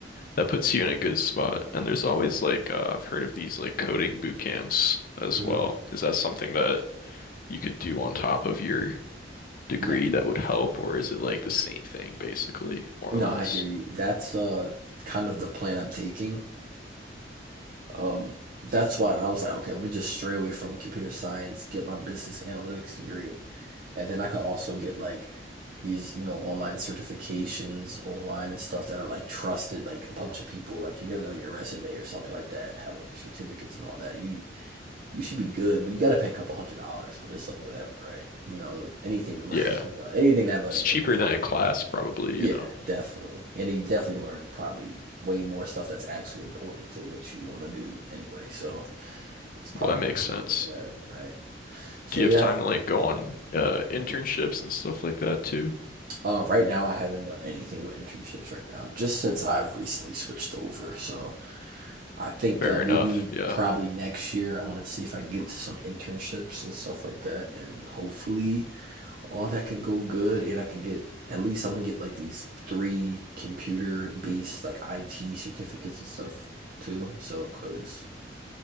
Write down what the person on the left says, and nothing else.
That puts you in a good spot. And there's always like uh, I've heard of these like coding boot camps as
well.
Is that something that you could do on top of your degree
that would help, or is it like the same thing basically, more
or
less?
Yeah.
It's
cheaper
than a class probably,
you know.
Well, that makes
sense.
Do you
have time to like go on uh internships and stuff like that too?
Fair
enough. Yeah.